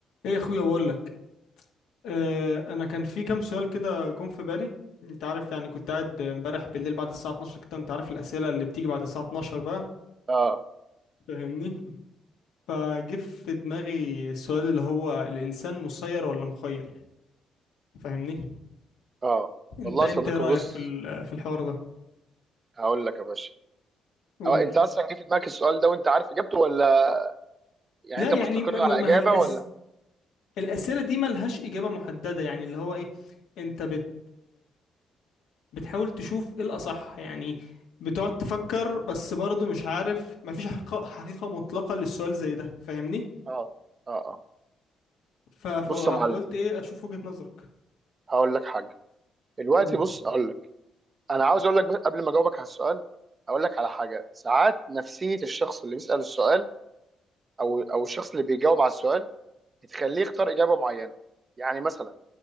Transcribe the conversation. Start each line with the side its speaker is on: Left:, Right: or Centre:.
Left: ايه يا اخويا بقول لك آه انا كان في كام سؤال كده جم في بالي انت عارف يعني كنت قاعد امبارح بالليل بعد الساعه 12 كده انت عارف الاسئله اللي بتيجي بعد الساعه 12 بقى
Right: اه
Left: فاهمني فجه في دماغي السؤال اللي هو الانسان مسير ولا مخير فاهمني
Right: اه
Left: انت
Right: والله
Left: انت
Right: يا صديقي
Left: ايه رايك
Right: بص
Left: في ال- في الحوار ده
Right: هقول لك يا باشا
Left: قول
Right: أو انت اصلا جه في دماغك السؤال ده وانت عارف اجابته ولا يعني
Left: لا
Right: انت
Left: يعني
Right: مستقر
Left: ما ما
Right: على
Left: ما
Right: اجابه
Left: هي الأس...
Right: ولا
Left: الاسئله دي ملهاش اجابه محدده يعني اللي هو ايه انت بت بتحاول تشوف ايه الأصح يعني بتقعد تفكر بس برضه مش عارف مفيش حقيقة حقيقة مطلقة للسؤال زي ده فاهمني
Right: اه اه اه
Left: ف... ف...
Right: بص
Left: فقلت
Right: يا معلم
Left: ايه اشوف وجهة نظرك
Right: هقول لك حاجه دلوقتي
Left: قول
Right: بص هقول لك انا عاوز اقول لك بس قبل ما اجاوبك على السؤال هقول لك على حاجه ساعات نفسيه الشخص اللي بيسال السؤال او او الشخص اللي بيجاوب على السؤال بتخليه يختار اجابه معينه يعني مثلا